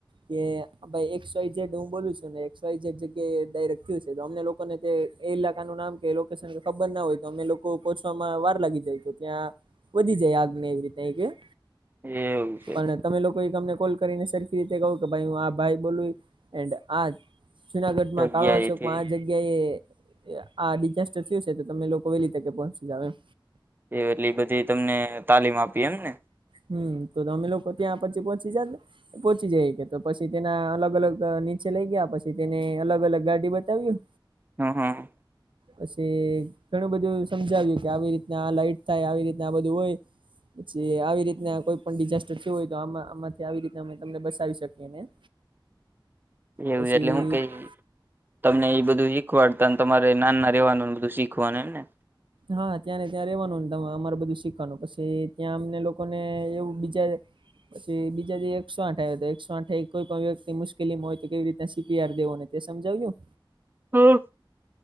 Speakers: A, on the right (about 75°); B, on the right (about 25°).
A: કે ભાઈ એકસ વાય જેડ હૂ બોલુ ને <unintelligible> જે જગ્યાએ દાયરે થયું છે, તો અમને લોકોને તે એ ઇલાકાનુ નામ કે લોકેશન ખબર ના હોય તો અમે લો કો પોહચવામાં વાર લાગી જાય તો ત્યાં વધી જાય આગને એવી રીતે <unintelligible>
B: એવું છે.
A: પણ તમે લોકો એ અમને કોલ કરીને સરખી રીતે કહું કે ભાઈ હું આ ભાઈ બોલું એન્ડ આ જુનાગઢમાં
B: જગ્યાએથી
A: કાળવા ચોકમાં આ જ ગયા એ આ ડિઝાસ્ટર થયું છે, તો તમે લોકો વેલી તકે પહોંચી જાવ એમ
B: એ એટલી બધી તમને તાલીમ આપી એમ ને
A: હમ્મ તો તમે લોકો ત્યાં પછી પહોંચી જાજે પોહોચી જાય કે તો પછી તેના અલગ અલગ નીચે લઈ ગયા પ તેને અલગ અલગ ગાડી બતાવ્યું
B: હ હ.
A: પછી ઘણું બધું સમજાવ્યું કે આવી રીતના આ લાઈટ થાય આવી રીતના આ બધું હોય પછી આવી રીતના કોઈ પણ ડિઝાસ્ટર થયું હોય તો આમા આમાંથી આવી રીતે અમે તમને બસાવી શકીએ ને
B: એવું
A: પછી
B: છે, એટલે હું કેય તમને એ બધું શીખવાડતા અને તમારે નાના રહેવાનું બધું શીખ <unintelligible> ને
A: હા ત્યાં ને ત્યાં ને ત્યાં રહેવાનું ને ત અમારે બધું શીખવાનું પછી ત્યાં અમને લોકોને એવું બીજા પછી બીજા જે એકસો આઠ આવે તો એકસો આઠ કોઈ પણ વ્યક્તિ મુકેલીમાં હોય તો કેવી રી તે સી. પી. આર દેવો ને તે સમજાવ્યું
B: હમ્મ.